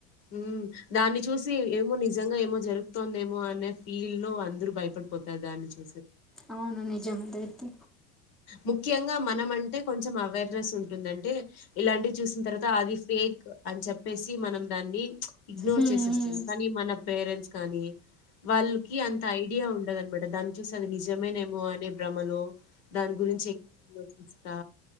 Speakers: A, on the left (about 55°); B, in the centre.
A: మ్ దాన్ని చూసి ఏమో నిజంగా ఏమో జరుగుతోందేమో అనే ఫీల్డ్ లో అందరూ భయపడిపోతారు దాని చూ
B: అవును నిజం ఇదైతే
A: ముఖ్యంగా మనం అంటే కొంచెం అవేర్నెస్ ఉంటుంది అంటే ఇలాంటివి చూసిన తర్వాత అది ఫేక్ అని చెప్పేసి మనం దాన్ని ఇగ్నోర్
B: హ్మ్,
A: చేసేస్తాం
B: హ్మ్.
A: కానీ మన పేరెంట్స్ కానీ వాళ్ళకి అంత ఐడియా ఉండదనమాట దాన్ని చూసి అది నిజమేనేమో అనే భ్రమలో దాని గురించి ఎక్కువ్ ఆలోచిస్తా